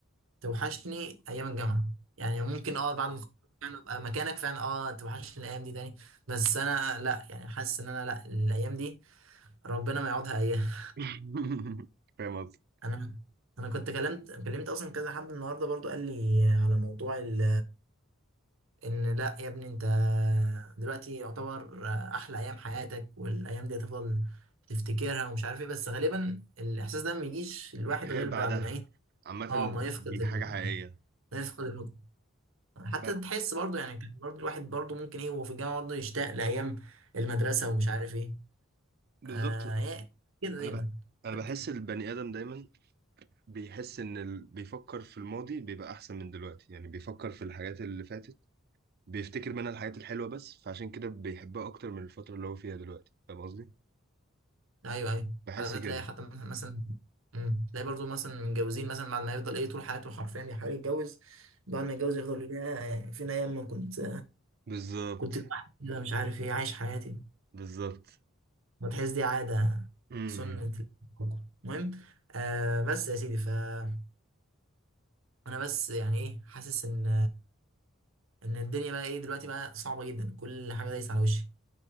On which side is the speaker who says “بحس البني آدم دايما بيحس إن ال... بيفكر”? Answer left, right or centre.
Right